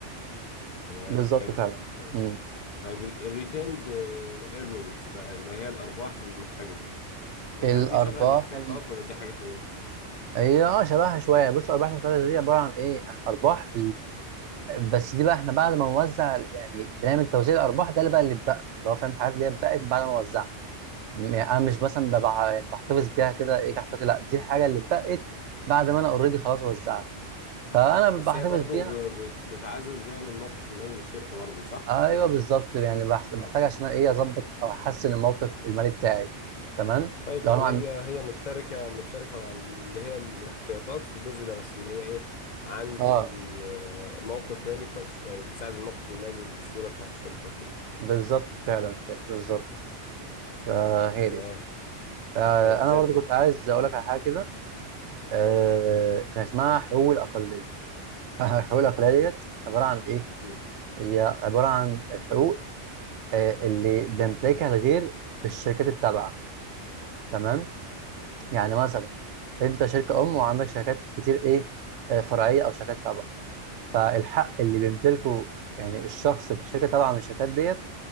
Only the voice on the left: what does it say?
تمام
حلو
طيب
طيب الريتيند ايرنينجز بقى اللي هي الارباح المحتجزه هل
دي شبه الاحتياطات
ولا دي حاجه تانية
مم.
بس هي برضو
ب- ب- بتعزز يعني الموقف المالي للشركه برضو صح
اه
طيب
يعني
هي هي مشتركه مشتركه مع اللي هي الاحتياطات في الجزء ده بس ان هي ايه عندي
آه، موقف مالي كويس يعني بتساعد الموقف المالي للسيوله بتاعت الشركه وكده
تمام
طيب
زي
الفل
اتفضل
قول
مم.
مم.